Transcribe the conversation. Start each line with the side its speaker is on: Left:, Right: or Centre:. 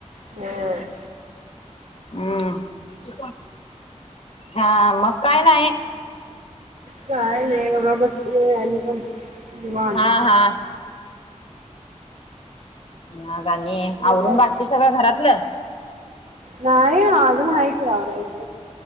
Right: हम्.
Left: हम्म हा मग काय नाही.
Right: काय नाही बघा बस पण दिवान
Left: ह हा. ना गाणी
Right: आणि
Left: आवरून
Right: काय
Left: बाकीकी सगळं घरातलं.
Right: नाही अजून आहेयतीरायच